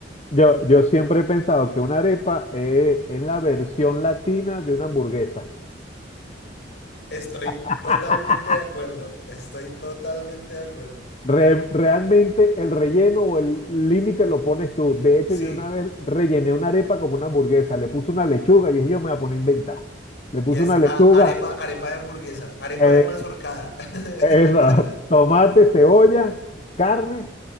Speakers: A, on the left (about 35°); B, on the left (about 60°).
A: yo, yo siempre he pensado que una arepa eh, es la versión latina de una hamburguesa.
B: Estoy
A: <laughs>
B: totalmente de acuerdo, estoy totalmente de acuerdo.
A: Re- realmente el relleno o el límite lo pones tú. De hecho,
B: Sí,
A: yo una vez rellené una arepa como una hamburguesa, le puse una lechuga y dije, yo me voy a poner a inventar. Le
B: y
A: puse
B: es
A: una lechuga,
B: a- arepa, arepa de hamburguesa, arepa
A: eh,
B: de mazorcada. <laughs>
A: esa, <laughs> tomate, cebolla, carne,